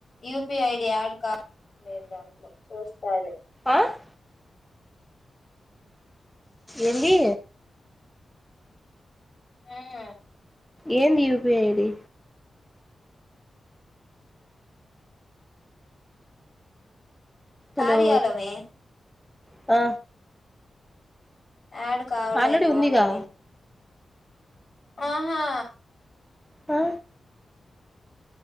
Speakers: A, on the left (about 45°); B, in the centre.
A: యుపి ఐడి ఆడ్ కా లేను దాంట్లో సుస్తాలే
B: ఆహ్ ఏందీ
A: హు
B: ఏందీ యూపి ఐడి
A: కార్యలో
B: హలో
A: మే
B: ఆ
A: ఆడ్ కావలేదు
B: ఆల్రెడీ ఉందిగా
A: అని అడి ఆహా
B: ఆ